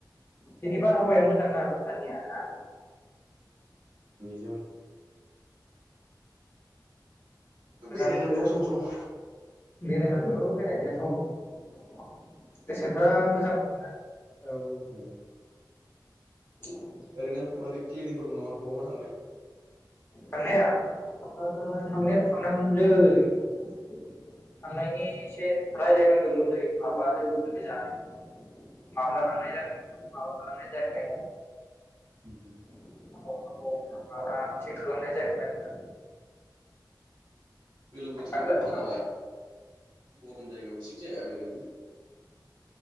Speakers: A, on the left; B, on the right.
A: बिदि बारहावाया मोजां ना भुटाननिया ना?
B: जों।
A: मोजां
B: बेरायनांगौ
A: मोनदों आंबो
B: सम सम।
A: बेरायनांगौ बेरायनायाथ'। गोसोफ्रा मोजां मोनोना औ-औ।
B: उम
A: <inaudible>
B: ओरैनो माबै फ्लेनिंफोर दं नामा बहाबा थांनाय।
A: थांनाया ओ थांनायाथ'
B: उम
A: थांनांगौमोनलै। थांनायनि एसे रायलायनांदोंमोनलै माबा लोगोफोर गोजानो। माब्ला थांनाय जागोन थांनाय जायाखै।
B: उम-उम।
A: <inaudible> माबा थिग खालामनाय जायाखै आरोना।
B: गोलोम बोथोराव
A: थांगोन
B: बारा गरम जायगायाव थिग जाया <unintelligible>